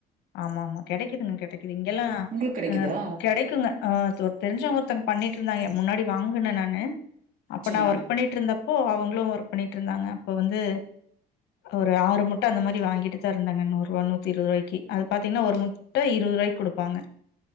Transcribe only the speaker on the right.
உங்களுக்கு கிடைக்குதா
சரிங்க